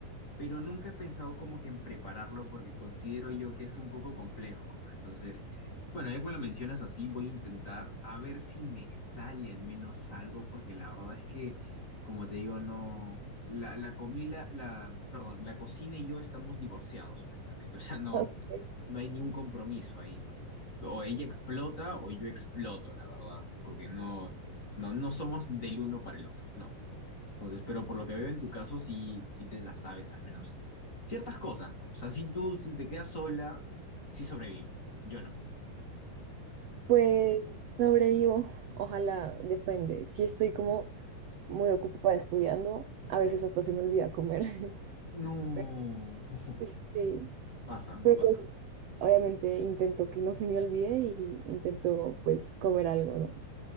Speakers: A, on the left; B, on the right.
A: pero nunca he pensado como que en prepararlo porque considero yo que es un poco complejo, ¿no? Entonces, bueno, ya que me lo mencionas así, voy a intentar a ver si me sale al menos algo, porque la verdad es que, como te digo, no, la, la comida, la, perdón, la cocina y yo estamos divorciados, honestamente, o sea, no,
B: <laughs>
A: no hay ni un compromiso ahí, ¿no? O sea, o ella explota o yo exploto, la verdad, porque no, no, no somos del uno para el otro, no. Entonces, pero por lo que veo en tu caso, sí, sí te la sabes al menos. Ciertas cosas, ¿no? O sea, si tú, si te quedas sola, sí sobrevives. Yo no.
B: Pues sobrevivo, ojalá, depende. Si estoy como muy ocupada estudiando, a veces hasta se me olvida comer. <laughs>
A: No.
B: Pero
A: <laughs>
B: pues Sí,
A: Pasa, me
B: pero
A: pasa.
B: pues obviamente intento que no se me olvide y intento pues comer algo, ¿no?